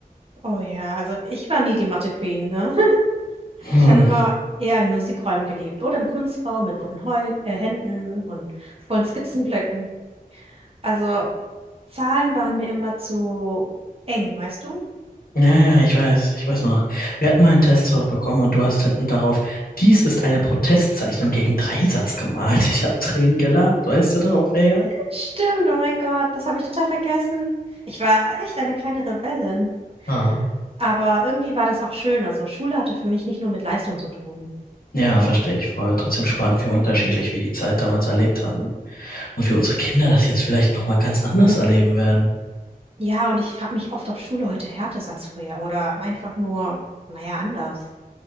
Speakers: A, on the right (about 40°); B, on the left (about 70°).
A: Oh ja, also ich war nie die Mathe-Queen, ne? <laughs>
B: Hm.
A: Ich habe immer eher in Musikräumen gelebt oder im Kunstraum mit bunten Heu äh, Händen und vollen Skizzenblöcken. Also Zahlen waren mir immer zu eng, weißt du?
B: Ja, ja, ich weiß, ich weiß noch. Wir hatten mal einen Test zurückbekommen und du hast hinten darauf, dies ist eine Protestzeichnung gegen Dreisatz gemalt. Ich habe Tränen gelacht, weißt du darauf wer
A: Stimmt, oh mein Gott, das habe ich total vergessen. Ich war echt eine kleine Rebellin.
B: Ah.
A: Aber irgendwie war das auch schön. Also Schule hatte für mich nicht nur mit Leistung zu tun.
B: Ja, verstehe ich voll. Trotzdem spannend, wie unterschiedlich wir die Zeit damals erlebt hatten und wie unsere Kinder das jetzt vielleicht nochmal ganz anders
A: Mhm.
B: erleben werden.
A: Ja, und ich frage mich oft, ob Schule heute härter ist als früher oder einfach nur, naja, anders.